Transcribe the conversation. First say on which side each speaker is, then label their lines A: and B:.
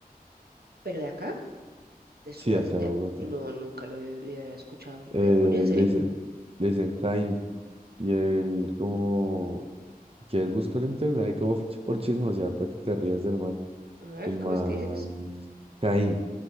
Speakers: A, on the right; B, on the right.
A: Pero de acá, de sudeste,
B: Sí, acá de Bogotá.
A: no, nunca lo había escuchado.
B: Eh,
A: ¿Demonio, en serio?
B: le dice- le dicen Caín y él como... ¿Quieres buscar en internet? Hay como ch- por chismosear para que te rías del man.
A: A ver,
B: el
A: ¿cómo
B: man
A: es que dices?
B: Caín,